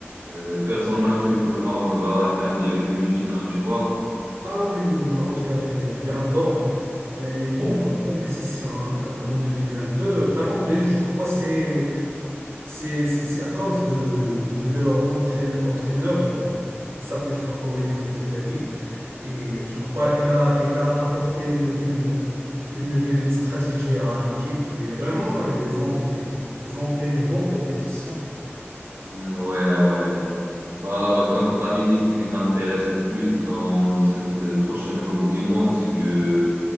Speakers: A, on the right (about 60°); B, on the right (about 80°).
A: euh, personne n'a cru que le Maroc va atteindre les demi-finales, tu vois.
B: Ah oui, oui, oui, le Maroc, il a fait, il a fait un bon, euh, une bonne co- compétition hein, en 2022, vraiment, mais je crois que c'est C'est c'est- c'est à cause de, de leur entraîne- entraîneur euh, qui s'appelle, je crois, Walid Regragui. Et je crois il a, il a apporté une nouvelle, une nouvelle stratégie à l'équipe. Et vraiment, ils ont fait, ils ont fait une bonne compétition.
A: Mm, Ouais, ouais. Bah, Alors, comme je t'avais dit, ce qui m'intéresse le plus dans cette euh, prochaine Coupe du Monde, c'est que